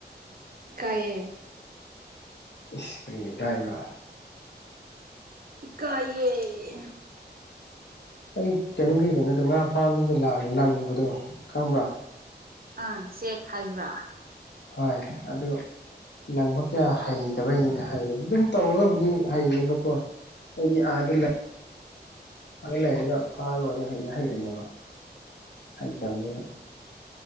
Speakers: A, on the right; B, on the left.
A: ꯏ ꯀꯥꯏꯌꯦ
B: ꯏꯁ ꯀꯔꯤ ꯏꯀꯥꯏꯕ꯭ꯔꯥ
A: ꯏꯀꯥꯏꯌꯦ
B: ꯑꯩ ꯀꯩꯅꯣꯒꯤ ꯀꯩꯅꯣꯗꯣ ꯉꯥ ꯐꯥꯕꯒꯤ ꯂꯪꯕꯗꯣ ꯈꯪꯕ꯭ꯔꯥ
A: ꯑꯥ ꯆꯦꯛ ꯍꯥꯏꯕ꯭ꯔꯥ
B: ꯍꯣꯏ ꯑꯗꯨ ꯂꯪꯕ ꯀꯌꯥ ꯍꯩꯇꯕꯩꯅꯦ ꯍꯩꯔꯗꯤ ꯑꯗꯨꯝ ꯇꯧꯔꯒꯕꯨꯗꯤ ꯍꯩꯅꯦꯕꯀꯣ ꯑꯩꯗꯤ ꯑꯥꯗ
A: ꯑꯥ
B: ꯂꯩ ꯑꯥ ꯂꯩꯔꯒ ꯐꯥꯔꯨꯔꯗꯤ ꯍꯩꯗꯤ ꯍꯩꯔꯅꯦꯕ ꯍꯩꯇꯕꯅꯤꯅ